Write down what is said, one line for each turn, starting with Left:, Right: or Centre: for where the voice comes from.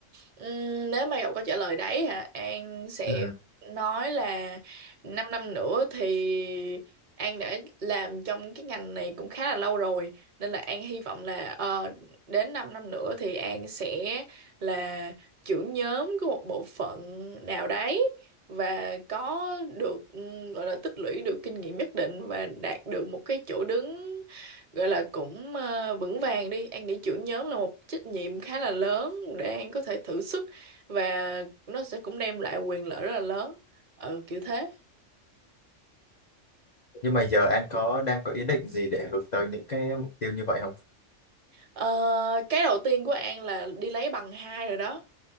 Right: Ừm, nếu mà Ngọc có trả lời đấy hả An sẽ
Left: ừ.
Right: nói là 5 năm nữa thì An đã làm trong cái ngành này cũng khá là lâu rồi nên là An hy vọng là ờ, đến 5 năm nữa thì An sẽ là trưởng nhóm của một bộ phận nào đấy và có được ừm, gọi là tích lũy được kinh nghiệm nhất định và đạt được một cái chỗ đứng gọi là cũng ờ, vững vàng đi An nghĩ trưởng nhóm là một trách nhiệm khá là lớn để An có thể thử sức và nó sẽ cũng đem lại quyền lợi rất là lớn ừ kiểu thế
Left: nhưng mà giờ anh có đang có ý định gì để hướng tới những cái mục tiêu như vậy không
Right: Ờ, cái đầu tiên của An là đi lấy bằng hai rồi đó.